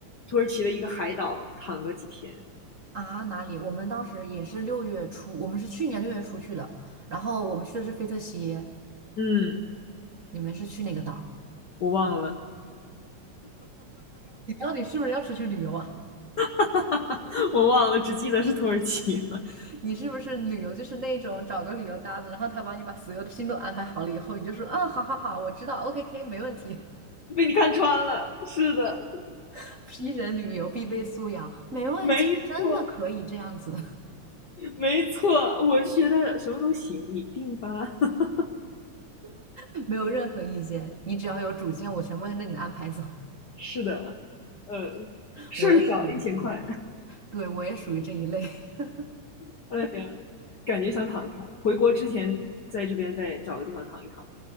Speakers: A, on the left; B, on the right.
A: 土耳其的一个海岛躺个几天。
B: 啊！哪里？我们当时也是六月初，我们是去年六月初去的，然后我们去的是菲特西，
A: 嗯，
B: 你们是去哪个岛？
A: 我忘了，
B: 你到底是不是要出去旅游啊？
A: <laughs> 我忘了，只记得是土耳其了。
B: <laughs> 你是不是旅游就是那种找个旅游搭子，然后他帮你把所有的心都安排好了以后，你就说嗯，好好好，我知道，OK k 没问题
A: 被你看穿了，是的，
B: <laughs>，P 人旅游必备素养，没问题，
A: 没错，
B: 真的可以这样子，
A: 没错，我就觉得什么都行，你定吧。<laughs>
B: <laughs> 没有任何意见，你只要有主见，我全部按着你的安排走，
A: 是的，呃，
B: <laughs>
A: 事儿少，
B: 我也属于。
A: 一千块。
B: 对，我也属于这一类。<laughs>
A: <laughs> 哎呀，感觉想躺一躺，回国之前在这边再找个地方躺一躺。